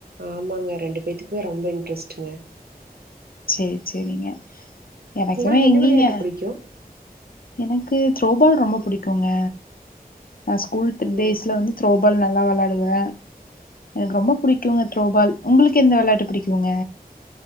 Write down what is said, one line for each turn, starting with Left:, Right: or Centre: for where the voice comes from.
Right: ஆமாங்க ரெண்டு பேத்துக்குமே ரொம்ப இன்ட்ரெஸ்ட்டுங்க
Left: செரி செரிங்க எனக்குமே
Right: உங்களுக்கு என்ன
Left: எங்கீங்க
Right: விளையாட்டு புடிக்கு
Left: எனக்கு த்ரோபால் ரொம்ப புடிக்குங்க நா ஸ்கூல் டேஸ்ல
Right: ஓ
Left: வந்து த்ரோபால் நல் நல்லா விளாடுவே எனக்கு ரொம்ப பிடிக்குங்க த்ரோபால் உங்களுக்கு எந்த விளாட்டு பிடிக்குங்க